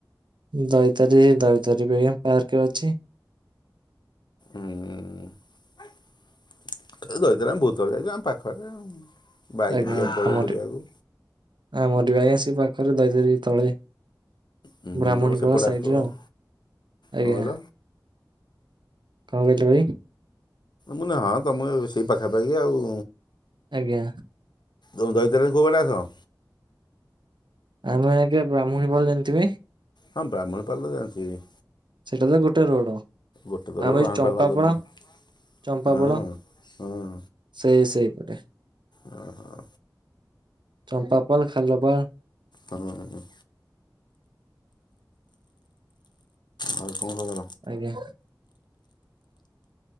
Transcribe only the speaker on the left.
ଉଁ। ଦଇତାରୀ ଆମେ ଭହୁତ ଥର ଯାଇଚୁ ଆମ ପାଖରେ ଆଉ ବାଇକ
ନେଇକି ପଳାଉବୁଲିବାକୁ।
ହୁଁ
ତମ ସେପଟେ
ଆସୁଥିବ
କଣ କହିଲ
ମୁଁ ହଁ ତୁମେ ସେଇ ପାଖାପାଖି ଆଉ।
ତୁମେ ଦୈତାରିକି କୋଉ ବାଟେ ଆସ?
ହଁ ବ୍ରାହ୍ମଣପାଳ ତ ଜାଣିଛି।
ଗୋଟେ ଦର।
<unintelligible>
ହଁ ହଁ।
ଓ ହଁ।
ହଁ। ଆଉ କଣ ଖବର?